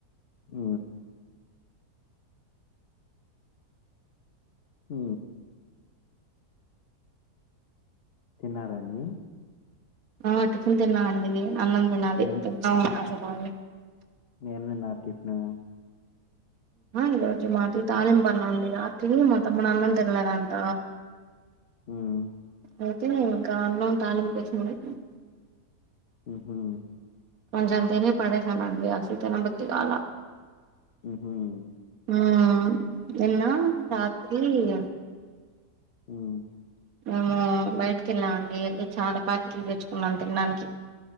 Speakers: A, on the left; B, on the right.
A: ఊ ఊ తిన్నారండి
B: ఆ టిఫిన్ తిన్నా అండి అన్నం తినాలి
A: ఏం
B: తిందాం కాసేపాగి
A: ఏం తిన్నారు టిఫిన్
B: ఈరోజు మాది తాలింప్పన్నం రాత్రి మా తమ్ముడు అన్నం తినలేదంట
A: ఉమ్
B: అ ఇంకా అన్నం తాలింపు వేసినాగూడ
A: ఉహు
B: కొంజం తిని పడేసానండి అస్సలు తినబుద్ధిగాల
A: మ్మ్ హ్
B: ఆ నిన్న రాత్రి ఇగ
A: మ్మ్
B: మేము బయటికి వెళ్ళామ అండి వెళ్ళి చాలా ప్యాకెట్లు తెచ్చుకున్నాం తినడానికి